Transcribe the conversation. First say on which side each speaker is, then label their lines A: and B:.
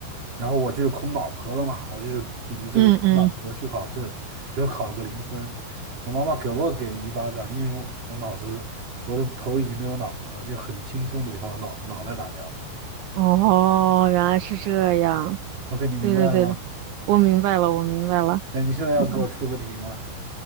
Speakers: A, on the right (about 45°); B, on the right (about 70°).
A: 然后我就是空脑壳了嘛，我就是顶着这个空脑壳去考试，
B: 嗯嗯，
A: 结果考了个零分。我妈妈给我给了一巴掌，因为我我脑子我的头已经没有脑子了，就很轻松的就把我脑脑袋打掉了。
B: 哦，原来是这样，
A: OK，你明白了吗？
B: 对对对对，我明白了，我明白了。
A: 哎，你现在要给我出个题吗
B: 嗯，